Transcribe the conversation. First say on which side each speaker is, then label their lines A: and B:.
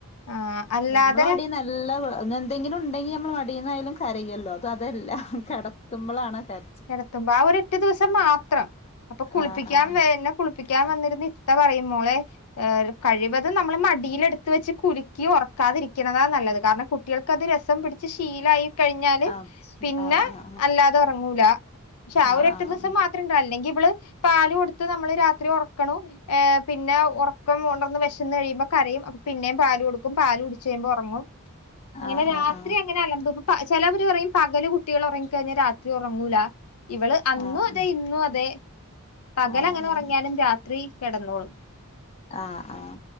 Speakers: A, on the left; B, on the left.
A: ആഹ് അല്ലാതെ
B: നമ്മളെ മടീന്ന് നല്ല എന്തെങ്കിലുണ്ടെങ്കി നമ്മളെ മടിന്നയാലും കരയല്ലോ ഇത് അതെല്ലാം കെടത്ത്മ്പളാണ് ആ കര
A: കെടത്തുമ്പോ ആ ഒരൊറ്റ ദിവസം മാത്രം അപ്പൊ കുളിപ്പിക്കാൻ
B: ആഹ് ആഹ്
A: വെര് എന്നെ കുളി പ്പിക്കാൻ വന്നിര്ന്ന ഇത്ത പറയും മോളെ ഏ കഴിവതും നമ്മള് മടിയിലെട്ത്ത് വെച്ച് കുലുക്കി ഉറക്കാതിരിക്ക്ണതാ നല്ലത് കാരണം കു ട്ട്യേള്ക്ക് അത് രസം പിടിച്ച് ശീലായി കഴിഞ്ഞാല്
B: ആഹ്
A: പിന്നെ
B: ആഹ്
A: അല്ലാ തെ ഒറങ്ങൂല പക്ഷെ ആ
B: ആഹ്
A: ഒരൊറ്റ ദിവസം മാ ത്രം അല്ലെങ്കില് ഇവള് പാല് കൊടുത്ത് നമ്മള് രാത്രി ഒറക്ക്ണു ഏഹ് പിന്നെ ഉറക്കം ഉണർന്ന് വിശന്ന് കഴിയുമ്പോ കരയും അപ്പ പിന്നേം പാല് കൊടുക്കും പാല് കുടിച്ച് കഴിയുമ്പോ ഉറങ്ങും അങ്ങനെ
B: ആഹ്
A: രാത്രി
B: ആഹ്
A: അങ്ങനെ അലമ്പ് പ ചെലവര് പറയും പകല് കുട്ടികൾ ഒറങ്ങി കഴിഞ്ഞാ രാത്രി ഉറങ്ങൂല ഇവള് അന്നും
B: ആഹ്
A: അതെ ഇന്നു അതെ പകലങ്ങനെ
B: ആഹ്
A: ഉറങ്ങിയാലും രാത്രി കിടന്നോളും
B: ആഹ് ആഹ്